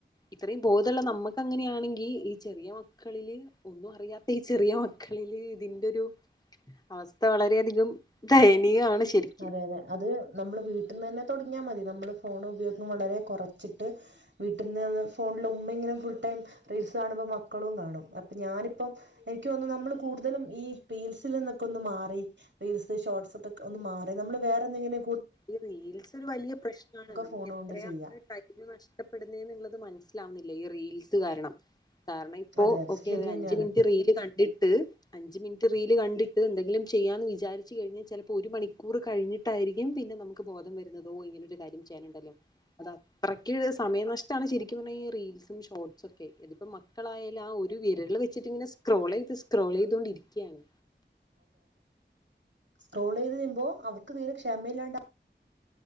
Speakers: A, on the left; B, on the right.
A: ഇത്രയും ബോധുള്ള നമുക്ക് അങ്ങനെയാണെങ്കിൽ ഈ ചെറിയ മക്കളില് ഒന്നും അറിയാത്ത ഈ ചെറിയ മക്കളില് ഇതിന്റെ ഒരു അവസ്ഥ വളരെയധികം ദയനീയമാണ് ശരിക്ക്
B: അതെ അതെ അത് നമ്മൾ വീട്ടിൽ നിന്ന് തന്നെ തുടങ്ങിയാൽ മതി നമ്മൾ ഫോൺ ഉപയോഗം വളരെ കുറച്ചിട്ട് വീട്ടിൽ നിന്ന്ന്ന് ഫോണിൽ ഉമ്മെങ്ങനും ഫുൾ ടൈം റീൽസ് കാണുമ്പോൾ മക്കളും കാണും അപ്പൾ ഞാനിപ്പം എനിക്ക്ന്ന് നമ്മൾ കൂടുതലും ഈ റീൽസിൽ നിന്നൊക്കെ ഒന്ന് മാറി റീൽസ് ഷോർട്്സ് ഒക്കെ ഒന്ന് മാറി നമ്മൾവേറെന്തെങ്കിലെ
A: ഈ റീൽസ് ഒരു വലിയ പ്രശ്നമാണ് നമുക്ക്
B: ഫോൺ
A: എത്രയാണ്
B: കൊണ്ട് ചെയ്യാം
A: കൈു നഷ്ടപ്പെടുന്നത് എന്നുള്ളത് മനസ്ില ല ല്ല ഈ റീൽസ് കാരണം കാരണം ഇപ്പോ
B: അതെ അതെ
A: ഓക്കെ
B: ശരി
A: ഒരു
B: തന്നെയാണ്
A: അഞ്ച മിനിറ്റ് റീൽ കണ്ടിട്ട് അഞ്ച മിനിറ്റ് റീൽ കണ്ടിട്ട് ഇത് എന്തെങ്കിലും ചെയ്യാന്ന് വിചാരിച്ചച്ച് കഴിഞ്ഞാൽ ചിലപ്പോ ഒരു മണിക്കൂർ കഴിഞ്ഞിട്ടായിരിക്കും പിന്നെ നമുക്ക് ബോധം വരുന്നതോ ഇങ്ങനൊ ഒരു കാര്യം ചെയ്യാനുണ്ടല്ലോ അത് അത്രയ്ക്ക് സമയ നഷ്ടമാണ് ശരിക്കും പറഞ്ഞ റൽസും ഷോർട്ടസ് ഓക്കെ ഇതിപ്പോ മക്കളായാലും ആ ഒരു വിരൾ വെച്ചിട്ട് ഇങ്ങനെ സ്ക്രോൾ ചെയത് സ്ക്രോൾ ചെയ്തൊണ്ടിരിക്കുകയാണ്
B: സ്ട്രോൾ ചെയ്ത് നിപോ അവർക്ക് തീരെ ക്ഷമ ഇല്ലാണ്ട